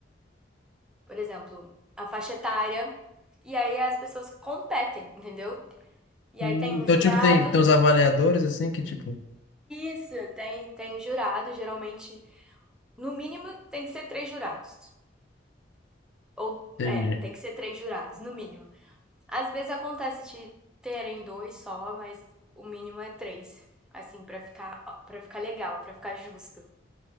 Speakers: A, in the centre; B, on the left.
A: por exemplo, a faixa etária, e aí as pessoas competem, entendeu? E
B: Hum,
A: aí tem uns
B: Então,
A: jurados
B: tipo, tem, tem os avaliadores, assim, que tipo...
A: Isso, tem, tem jurado, geralmente, no mínimo, tem que ser três jurados. Ou,
B: Entendi.
A: é, tem que ser três jurados, no mínimo. Às vezes acontece de terem dois só, mas o mínimo é três. Assim, pra ficar, pra ficar legal, pra ficar justo.